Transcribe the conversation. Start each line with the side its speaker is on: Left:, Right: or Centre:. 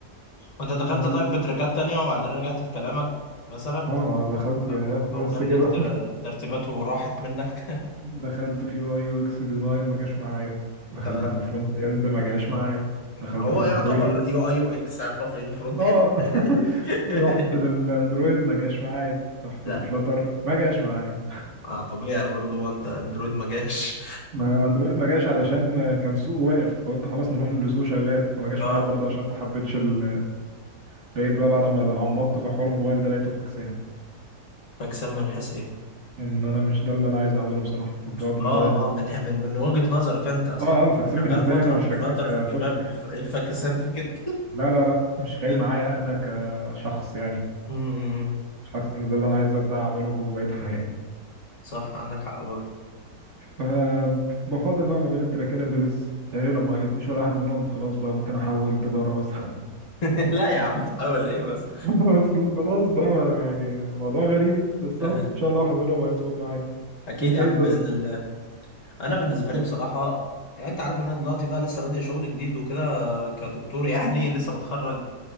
Left: وانت دخلت
Right: وال...
Left: طيب في تريكات تانية وبعدين رجعت في كلامك مثلا
Right: اه دخلت يا
Left: او
Right: بس
Left: أو كان
Right: كده
Left: ليك تر- ترتيبات وراحت منك
Right: دخلت في يو اي يو اكس ديزاين ما جاش معايا
Left: <laughs> انت
Right: دخلت في فرونت اند ما جاش معايا دخلت
Left: ما هو
Right: في
Left: يعتبر
Right: اندرويد
Left: يو اي يو اكس هتروح فين فرونت
Right: اه
Left: اند
Right: <laughs>
Left: <laughs>
Right: رحت للاندرويد ما جاش معايا رحت
Left: لا
Right: لفلاتر ما جاش معايا
Left: آه طبيعي برضو ما انت اندرويد ما جاش
Right: <laughs> ما اندرويد ما جاش علشان كان سوق واقف فقلت خلاص نروح للي سوق شغال فما جاش
Left: اه
Right: معايا برضه عشان ما حبيتش ال... <laughs> لقيت بقى بعد ما عمقت في حوار الموبايل ده لقيته فاكسان
Left: فاكسان من حيث ايه
Right: ان انا مش ده اللي انا عايز اعمله بصراحه تطبيقات
Left: اه
Right: موبايل
Left: اه من من من وجهة نظرك انت اصلا
Right: اه اه فاكسان
Left: شغال
Right: بالنسبه
Left: فترة
Right: لي انا مش
Left: في
Right: فاكسان
Left: فلاتر فمش
Right: كتوبيك
Left: فاهم ايه الف- إيه الفاكسان في كده
Right: لا لا لا مش جاي
Left: <laughs>
Right: معايا انا كشخص يعني
Left: امم
Right: مش حاسس ان ده اللي انا عايز ابدا اعمله بقية حياتي
Left: صح عندك حق برضه
Right: فبفضل بقى ما بين التراكين اللي لسه تهيألي لو ما عجبنيش ولا واحد منهم خلاص بقى ممكن احول تجارة مثلا
Left: <laughs> لا يا عم تحاول ايه بس
Right: <laughs> اصل خلاص بقى ما انا يعني موضوع غريب بس
Left: <laughs>
Right: اهو ان شاء الله واحد منهم هيظبط معايا
Left: اكيد
Right: انت
Left: يا
Right: ايه
Left: عم
Right: الدنيا
Left: باذن الله انا بالنسبه لي بصراحه يعني انت عارف ان انا دلوقتي بقى لسه بادئ شغل جديد وكده كدكتور يعني <laughs> لسه متخرج